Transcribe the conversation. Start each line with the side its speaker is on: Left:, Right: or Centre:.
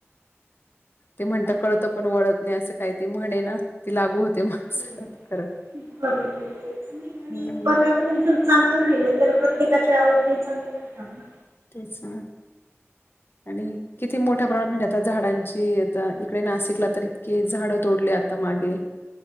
Left: ते म्हणता कळत पण वळत नाही असं काही ते म्हणे ना ती लागू होते माणसाला
Right: हो
Left: खरं.
Right: बरोबर तेच नाही आणि
Left: हम्म
Right: पर्यावरण जर चांगलं राहिलं तर प्रत्येकाचे आरोग्य चंद राहतात ना
Left: तेच ना आणि किती मोठ्या प्रमाणात म्हणजे आता झाडांची आता इकडे नाशिकला तर इतके झाडं तोडले त <unintelligible> मागे